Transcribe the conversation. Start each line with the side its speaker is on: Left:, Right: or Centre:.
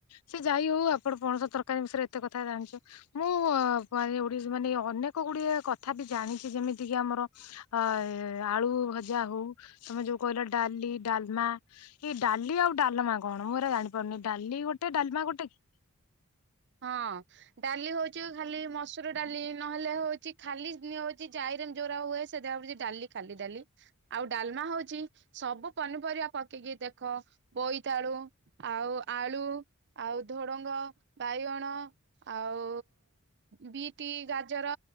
Left: ସେ ଯାଇ ହଉ ଆପଣ ପଣସ ତରକାରୀ ବିଷୟରେ ଏତେ କଥା ଜାଣିଚ ମୁଁ ଅ ବ ମାନେ <unintelligible> ମାନେ ଅନେକ ଗୁଡ଼ିଏ କଥା ବି ଜାଣିଛି ଯେମିତି କି ଆମର ଆ ଆଳୁ ପୂଜା ହଉ ତମେ ଯୋଉ କହିଲ ଡାଲି ଡାଲମା ଇଏ ଡାଲି ଆଉ ଡାଲମା କଣ ମୁଁ ଏରା ଜାଣିପାରୁ ଡାଲି ଗୋଟେ ଡାଲମା ଗୋଟେ କି?
Right: ହଁ ଡାଲି ହଉଛି ଖାଲି ମସୁର ଡାଲି ନହେଲେ ହଉଚି ଖାଲି ହଉଚି ଜାଇ <unintelligible> ହୁଏ ସେଦିରା ହଉଛି ଡାଲି ଖାଲି ଡାଲି, ଆଉ ଡାଲମା ହଉଚି ସବୁ ପନିପରିବା ପକେ ଇକି ଦେଖ ବୋଇତାଳୁ ଆଉ ଆଳୁ ଆଉ ଧୋଡଙ୍ଗ ବାଇଗଣ ଆଉ ବିଟି ଗାଜର